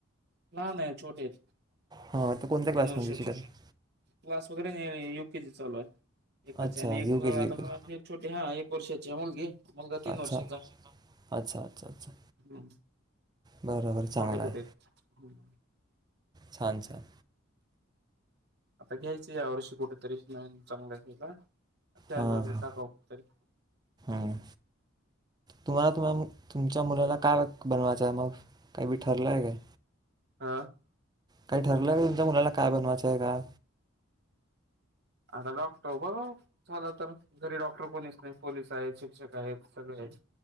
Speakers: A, on the right (about 55°); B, on the right (about 20°).
A: लहान आहे. छोटीआय तीन
B: हां तर कोणत्या क्लासमध्ये
A: वर्षाची
B: शिकत आहे
A: <unintelligible> युके जी चालू हाय एकाची
B: अच्छा
A: आणि एक
B: यू के जी यू
A: आता
B: के जी
A: छोटे हा एक वर्षाची मुलगी. मुलगा तीन
B: अच्छा
A: वर्षाचा
B: अच्छा अच्छा अच्छा
A: हम्.
B: बरं बरं चांगलं
A: छोटे छोटे
B: आहे
A: हं.
B: छान छान.
A: आता घ्यायचं यावर्षी कुठेतरी नवीन चांगलं <unintelligible> <unintelligible>
B: हां हां
A: साखव तरी
B: हं. तुम्हाला तुम -तुमच्या मुलाला काय <unintelligible> बनवायचं हाय मग काय बी ठरलंय काय?
A: अ.
B: काय ठरलंय तुमच्या मुलाला काय बनवायचंय का?
A: आता डॉक्टर बनवु झालं तर घरी डॉक्टर कोणीच नाही. पोलीस आहेत. शिक्षक आहेत सगळे आहेत.